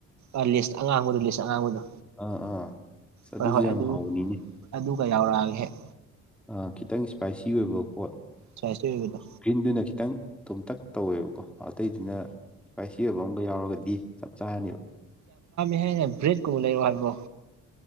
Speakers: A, on the right; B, in the centre.
A: ꯑ ꯂꯤꯁ ꯑꯉꯥꯡꯕꯗꯨ ꯂꯤꯁ ꯑꯉꯥꯡꯕꯗꯨ
B: ꯑꯥ ꯑꯥ ꯑꯁ
A: ꯍꯣꯏ
B: ꯑꯗꯨꯁꯨ
A: ꯍꯣꯏ
B: ꯌꯥꯝ
A: ꯑꯗꯨ
B: ꯍꯥꯎꯕꯅꯤꯅꯦ
A: ꯑꯗꯨꯒ ꯌꯥꯎꯔꯛꯑꯒꯦ ꯍꯦꯛ
B: ꯥ ꯈꯤꯇꯪ ꯏꯁꯄꯥꯏꯁꯤ ꯑꯣꯏꯕ ꯄꯣꯠ
A: ꯁ꯭ꯋꯥꯏꯁꯇ ꯑꯣꯏꯕꯗꯣ
B: ꯒ꯭ꯔꯤꯟꯗꯨꯅ ꯈꯤꯇꯪ ꯇꯣꯝꯇꯛ ꯇꯧꯋꯦꯕꯀꯣ ꯑꯇꯩꯗꯨꯅ ꯏꯁꯄꯥꯏꯁꯤ ꯑꯣꯏꯕ ꯑꯃꯒ ꯌꯥꯎꯔꯒꯗꯤ ꯆꯞ ꯆꯥꯔꯅꯤꯕ
A: ꯍꯦꯟꯅ ꯕ꯭ꯔꯦꯗꯀꯨꯝ ꯂꯩꯔꯑꯣ ꯍꯥꯏꯕ꯭ꯔꯣ